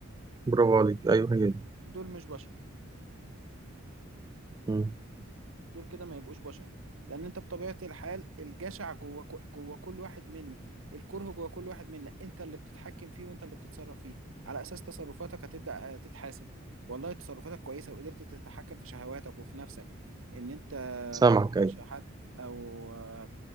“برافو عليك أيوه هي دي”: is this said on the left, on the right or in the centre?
Right